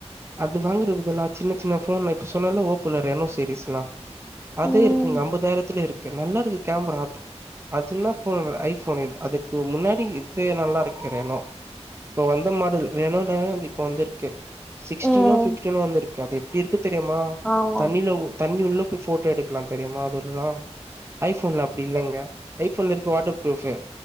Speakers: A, on the right; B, in the centre.
A: அது வாங்குற இதெல்லா சின்ன சின்ன ஃபோன்ல இப்ப சொன்னல்ல ஓப்போல ரெனோ சீரிஸ்லா அதே
B: ம்
A: இருக்குங்க ஐம்பதாயிரத்துல இருக் குன் நல்லா இருக்கு கேம்பரா அத்து அது என்ன ஃபோன் ஐ ஃபோன் இது அதுக்கு முன்னாடி இது நல்லா இருக்கு ரெனோ இப்ப வந்த மாடல் ரெனோலாவே வந்து இப்ப வந்துருக்கு சிக்ஸ்டீனோ
B: ம்
A: பிப்டினோ வந்துருக்கு அது எப்டி இருக்கு தெரியுமா
B: ஆமா
A: தண்ணில உ தண்ணி உள்ள உட்டு ஃபோட்டோ எடுக்கலா தெரியுமா அதுலெல்லா ஐ ஃபோன்ல அப்டி இல்லங்க ஐ ஃபோன்ல இருக்கு வாட்டர் புரூஃப்பு